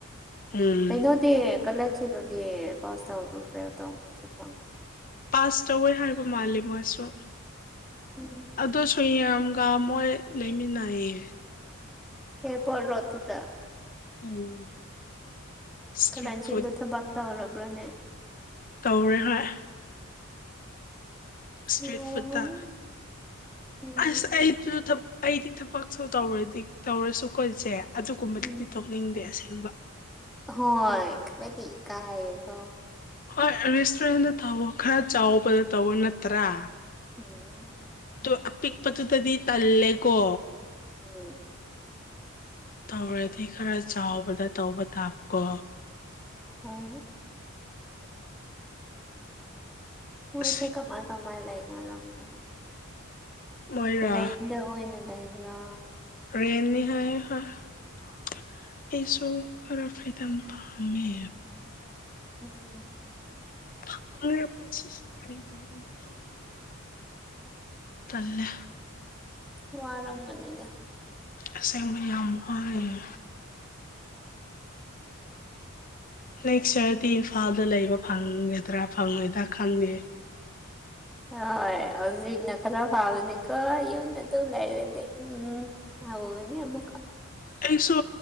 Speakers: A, on the left; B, in the centre.
A: ꯎꯝ
B: ꯀꯩꯅꯣꯗꯤ ꯀꯂ ꯁꯤꯜꯂꯣꯗꯤ ꯄꯥꯁ ꯇꯧꯕ꯭ꯔꯥ ꯐꯦꯜ ꯇꯕ꯭ꯔꯥꯁꯨ ꯈꯪꯗꯦ
A: ꯄꯥꯁ ꯇꯧꯋꯦ ꯍꯥꯏꯕ ꯃꯥꯂꯦ ꯃꯣꯏꯁꯨ
B: ꯎꯝ
A: ꯑꯗꯨꯁꯨ ꯌꯥꯝ ꯀꯥ ꯃꯣꯏ ꯂꯩꯃꯤꯟꯅꯌꯦ꯫
B: ꯑꯦꯔꯄ꯭ꯔꯣꯠ ꯔꯣꯗ ꯇꯨꯗ꯫
A: ꯎꯝ꯫ ꯏꯁꯇ꯭ꯔꯤꯠ
B: ꯀꯜꯂꯥꯢꯟꯁꯤꯜꯗꯨ
A: ꯐꯨꯗ
B: ꯊꯕꯛ ꯇꯧꯔꯕ꯭ꯔꯅꯦ꯫
A: ꯇꯧꯔꯦ ꯍꯣꯏ꯫ ꯁꯇ꯭ꯔꯤꯠ
B: ꯅꯨꯡꯉꯥꯏꯔꯝꯒꯅꯤ
A: ꯐꯨꯠꯇ꯫
B: ꯎꯝ
A: ꯑꯁ ꯑꯩꯁꯨ ꯊꯕ ꯑꯩꯗꯤ ꯊꯕꯛꯁꯨ ꯇꯧꯔꯗꯤ ꯇꯧꯔꯁꯨ ꯀꯣꯢꯖꯦ ꯑꯗꯨꯒꯨꯝꯕꯗꯨꯗꯤ
B: ꯎꯝ
A: ꯇꯧꯅꯤꯡꯗꯦ ꯑꯁꯦꯡꯕ
B: ꯍꯣꯏ ꯈꯔꯗꯤ ꯀꯥꯏꯑꯀꯣ
A: ꯍꯣꯏ ꯔꯦꯁꯇꯨꯔꯦꯟꯗ ꯇꯧꯕ ꯈꯔ ꯆꯥꯎꯕꯗ ꯇꯧꯕ ꯅꯠꯇ꯭ꯔꯥ
B: ꯎꯝ
A: ꯑꯗꯨ ꯑꯄꯤꯛꯄꯗꯨꯗꯗꯤ ꯇꯜꯂꯦꯀꯣ
B: ꯎꯝ
A: ꯇꯧꯔꯗꯤ ꯈꯔ ꯆꯥꯎꯕꯗ ꯇꯧꯕ ꯇꯥꯕꯀꯣ
B: ꯑ ꯍꯣꯏꯁꯦ
A: ꯑꯁ
B: ꯀꯃꯥꯏ ꯀꯃꯥꯏ ꯂꯩꯅꯔꯝꯕ꯭ꯔꯣ꯫
A: ꯃꯣꯏꯔꯥ
B: ꯔꯦꯟꯗ ꯑꯣꯏꯅ ꯂꯩꯕ꯭ꯔꯥ꯫
A: ꯔꯦꯅꯤ ꯍꯥꯏ ꯍ ꯑꯩꯁꯨ ꯈꯔ ꯐ꯭ꯔꯤꯗꯝ ꯄꯥꯝꯃꯦ꯫
B: ꯎꯝꯝ꯫
A: <unintelligible> ꯇꯜꯂꯦ꯫
B: ꯋꯥꯔꯝꯒꯅꯤꯗ꯫
A: ꯑꯁꯦꯡꯕ ꯌꯥꯝ ꯋꯥꯢꯌꯦ꯫ ꯅꯦꯛꯁ ꯌꯔꯗꯤ ꯏꯝꯐꯥꯜꯗ ꯂꯩꯕ ꯐꯪꯒꯗ꯭ꯔꯥ ꯐꯪꯉꯣꯏꯗ꯭ꯔꯥ ꯈꯪꯗꯦ꯫
B: ꯍꯣꯏ ꯍꯧꯖꯤꯛꯅ ꯈꯔ ꯐꯥꯕꯅꯤꯀꯣ ꯌꯨꯝꯗ ꯑꯗꯨꯝ ꯂꯩꯔꯗꯤ ꯎꯝ ꯍ ꯍꯒꯅꯤꯃꯛ
A: ꯑꯩꯁꯨ